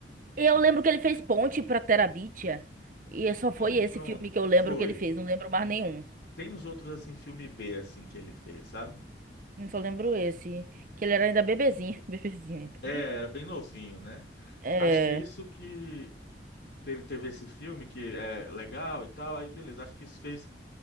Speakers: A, on the right (about 45°); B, on the left (about 80°).
A: eu lembro que ele fez Ponte pra Terabítia. E é só
B: Sim,
A: foi esse
B: pronto,
A: filme que eu
B: foi.
A: lembro que ele fez. Não lembro mais nenhum.
B: Tem uns outros assim filme B assim que ele fez, sabe?
A: Eu Só lembro esse. Que ele era ainda bebezinho. <laughs> Bebezinho ainda.
B: É, era bem novinho, né?
A: É.
B: Acho que isso que teve, teve esse filme que é legal e tal, aí beleza, acho que isso fez